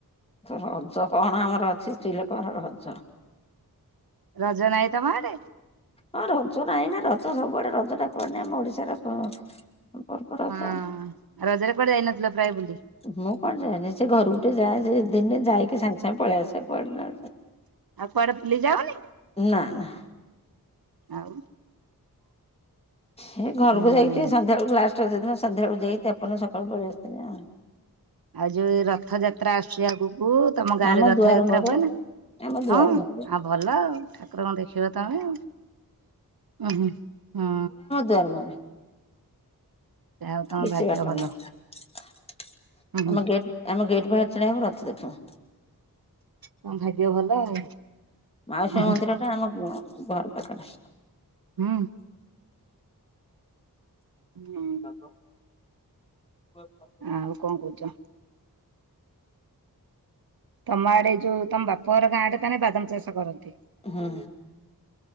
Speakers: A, on the left; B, on the right.
A: ରଜ କଣ ଆମର ଅଛି ସ୍ତ୍ରୀ ଲୋକର ରଜ
B: ରଜ ନାହିଁ ତମ ଆଡେ?
A: ହଁ ରଜ ନାହିଁ ନା ରଜ ସବୁଆଡେ ରଜଟା କୁଆଡ଼େ ନାହିଁ ଆମ ଓଡିଶାର ପ ପର୍ବ ରଜ।
B: ହଁ ରଜରେ କୁଆଡେ ଯାଇନଥିଲ ପ୍ରାୟ ବୁଲି?
A: ମୁଁ କୁଆଡ଼େ ଯାଏନି ସେ ଘରକୁ ଟିକେ ଯାଏ ସେ ଦି ତିନି ଦିନ ରହିକି ଯାଇକି ସାଙ୍ଗେ ସାଙ୍ଗେ ପଳେଇ ଆସେ କୁଆଡେ ଆ
B: ଆଉ କୁଆଡେ ବୁଲି ଯାଅନି?
A: ନା ନା।
B: ଆଉ
A: ହେ ଘରକୁ
B: ହୁଁ
A: ଯାଇଛିି ସନ୍ଧ୍ୟାବେଳକୁ ଲାଷ୍ଟ ରଜ ଦିନ ସନ୍ଧ୍ୟାବେଳକୁ ଯାଇ ତାପର ଦିନ ସକାଳୁ ପଳେଇ ଆସିଥିଲି ଆଉ
B: ଆଉ ଯୋଉ ରଥଯାତ୍ରା ଆସୁଛି ଆଗକୁ ତମ ଗାଁ
A: ଆମ
B: ରେ ରଥଯାତ୍ରା
A: ଦୁଆର ମୁହଁରେ
B: ହୁଏନି
A: ଆମ ଦୁଆର
B: ହଁ
A: ମୁହଁରେ
B: ଆ ଭଲ ଆଉ ଠାକୁରଙ୍କୁ ଦେଖିବ ତମେ ଆଉ ଉ ହ।
A: ସେରା ମାନେ
B: ଯାହା ହଉ ତମ
A: ବେଶି
B: ଭାଗ୍ୟ
A: ବାସନ
B: ଭଲ।
A: ନଥିଲା।
B: ଉଁ ହୁଁ।
A: ଆମ ଗେଟ୍ ଆମେ ଗେଟ୍ ପାଖରେ ଛିଡ଼ା ହେବୁ ରଥ ଦେଖୁ
B: ତମ ଭାଗ୍ୟ ଭଲ ଆଉ।
A: ମାଉସୀ
B: ଉଁ
A: ମାଆ ମନ୍ଦିର ଟା ଆମ ଘ ଘର ପାଖରେ।
B: ହୁଁ। ହୁଁ।
A: ହୁଁ ହ
B: ଆ ଆଉ କଣ କହୁଛ? ତମ ଆଡେ ଯୋଉ ତମ ବାପ ଘର ଗାଁ ଆଡେ ତାହେଲେ ବାଦାମ ଚାଷ କରନ୍ତି?
A: ହ